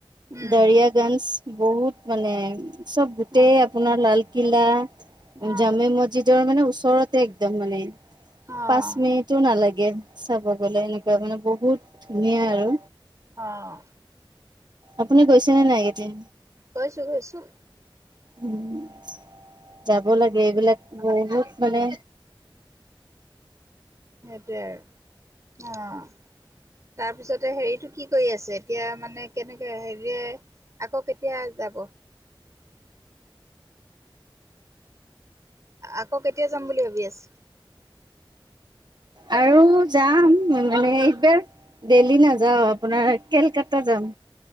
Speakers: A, on the right (about 35°); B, on the right (about 55°).
A: উম,
B: দাৰিয় গঞ্জ বহুত মানে চব গোটেই
A: অ',
B: আপোনাৰ লাল কিলা
A: অ',
B: জামে মছজিদ নিজৰ মানে ওচৰতে একদম মানে
A: অ',
B: পাঁচ মিনিটো নালাগে চাব গলে এনেকুৱা মানে বহুত ধুনীয়া আৰু
A: আহ
B: আপুনি কৈছেনে নাই কেতিয়া
A: কৈছো কৈছো
B: উম যাব লাগে এইবিলাক
A: ভাল
B: বহুত
A: লাগে।
B: মানে
A: সেইটয়ে আৰু অ তাৰপিছতে হেৰিতটো কি কৰি আছে এতিয়া মানে কেনেকে হেৰিয়ৰে আকৌ কেতিয়া যাব আকৌ কেতিয়া যাম বুলি ভাবি আছো
B: আৰু যাম মানে এইবাৰ দেল্হি নাযাও আপোনাৰ কেলকাতা যাম